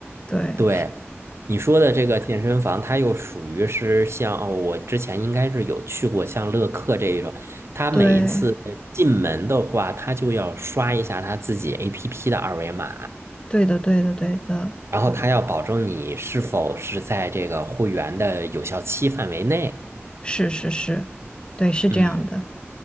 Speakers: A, on the left (about 20°); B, on the right (about 65°).
A: 对，
B: 对，你说的这个健身房，它又属于是像哦，我之前应该是有去过像乐客这一种，它每一次进门的话，
A: 对，
B: 它就要刷一下它自己 APP 的二维码，
A: 对的，对的，对的，
B: 然后他要保证你是否是在这个会员的有效期范围内。
A: 是是是，对，是这样的。
B: 嗯，